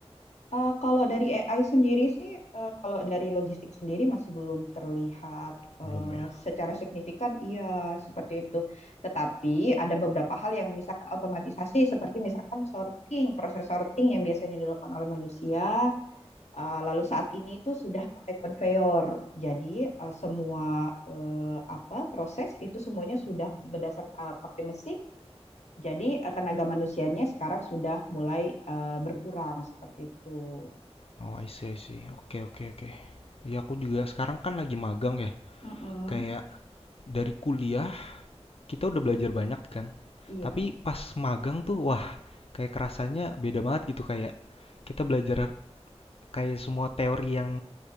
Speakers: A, on the left; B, on the left.
A: Eh, kalau dari AI sendiri sih, eh, kalau dari logistik sendiri masih belum terlihat eh,
B: Belum ya.
A: secara signifikan, iya seperti itu. Tetapi ada beberapa hal yang misalkan otomatisasi, seperti misalkan sorting, proses sorting yang biasanya dilakukan oleh manusia, eh, lalu saat ini itu sudah pakai konveyor. Jadi eh, semua eh, apa proses itu semuanya sudah berdasar eh, pakai mesin. Jadi eh, tenaga manusianya sekarang sudah mulai eh, berkurang seperti itu.
B: Oh, I see, I see. Oke, oke, oke. Ya aku juga sekarang kan lagi magang ya.
A: Mm-mm,
B: Kayak dari kuliah kita udah belajar banyak kan.
A: Iya,
B: Tapi pas magang tuh wah kayak kerasanya beda banget gitu kayak kita belajar kayak semua teori yang